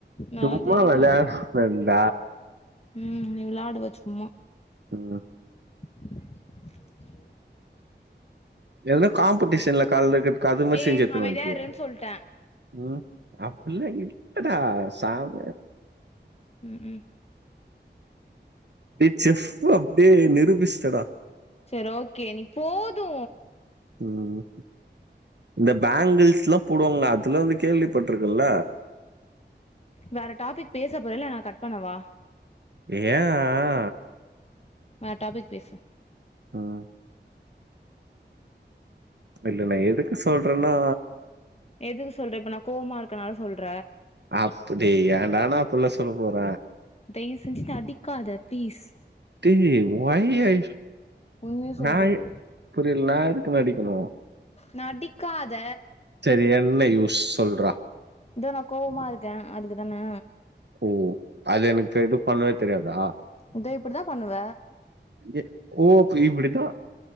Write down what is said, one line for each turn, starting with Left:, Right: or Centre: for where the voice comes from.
Left: நல்லா
Right: சும்மா
Left: தெரியுது
Right: விளையாடரன்ட
Left: உனக்கு ம் நீ விளாடுவ சும்மா
Right: ம்
Left: <unintelligible>
Right: ஏதனா காம்படிஷன்ல கலந்துக்கர்துக்கு அது மாரி
Left: ஏய்
Right: செஞ்சி எத்துனு
Left: அமைதியா
Right: வன்டியா
Left: இருன்னு சொல்ட்டே
Right: ம் அப்பில்லா இல்லடா சாம
Left: ம் ம்
Right: நீ செப்பு அப்டியே நிரூபிச்சடா
Left: செரி ஓகே நீ போது
Right: ம் இந்த பேங்கிள்ஸ் லா போடுவாங்கள அதுலா வந்து கேள்வி பட்டுருங்கல்ல
Left: வேற டாபிக் பேச போறயா இல்ல நா கட் பண்ணவா
Right: யா ஆ
Left: வேற டாபிக் பேசு
Right: ம் இல்ல நா எதுக்கு சொல்றன்னா
Left: எதுக்கு சொல்றே இப்ப நா கோவமா இருக்கனால சொல்ற
Right: அப்புடி ஏன்டா நா அப்பல்லா சொல்ல போற
Left: தைய்வு செஞ்சு நடிக்காத பீஸ்
Right: டி ஒய் ஐ
Left: உண்மைய சொல்ட்டு
Right: நா
Left: போயிடு
Right: புரியல நா எதுக்கு நடிக்கணு
Left: நடிக்காத
Right: சரி என்ன யூஸ் சொல்றா
Left: இதோ நா கோவமா இருக்க அதுக்குதான
Right: ஓ அது எனக்கு இது பண்ணவே தெரியாதா
Left: இதோ இப்டிதா பண்ணுவ
Right: ஏ ஓ அப்ப இப்புடிதா